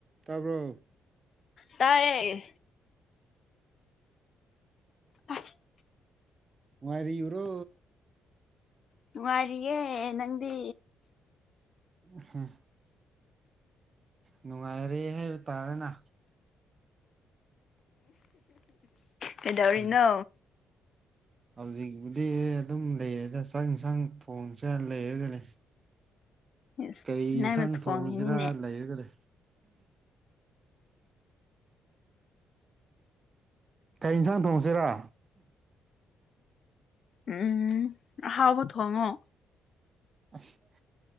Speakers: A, on the right; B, on the left.
A: ꯇꯥꯕ꯭ꯔ‌ꯣ
B: ꯇꯥꯏꯌꯦ ꯑꯁ
A: ꯅꯨꯉꯥꯏꯔꯤꯔꯣ
B: ꯅꯨꯡꯉꯥꯏꯔꯤꯌꯦ ꯅꯪꯗꯤ
A: ꯎꯝꯍꯨꯝ ꯅꯨꯡꯉꯥꯏꯔꯦ ꯍꯥꯏꯕ ꯇꯥꯔꯦꯅꯥ
B: ꯀꯩꯗꯧꯔꯤꯅꯣ
A: ꯎꯝ ꯍꯧꯖꯤꯛꯄꯨꯗꯤ ꯑꯗꯨꯝ ꯂꯩꯔꯦꯗ ꯆꯥꯛ ꯏꯟꯁꯥꯡ ꯊꯣꯡꯁ‌ꯦꯔꯥ ꯂꯩꯔꯒꯅꯦ
B: ꯏꯁ
A: ꯀꯔꯤ ꯌꯦꯟꯁꯥꯡ
B: ꯅꯪꯅ ꯊꯣꯡꯉꯤꯅꯤꯅꯦ
A: ꯊꯣꯡꯁꯤꯔꯥ ꯂꯩꯔꯒꯗꯤ ꯀꯩ ꯌꯦꯟꯁꯥꯡ ꯊꯣꯡꯉꯁꯤꯔꯣ
B: ꯎꯝ ꯑꯍꯥꯎꯕ ꯊꯣꯡꯉꯣ
A: ꯑꯁ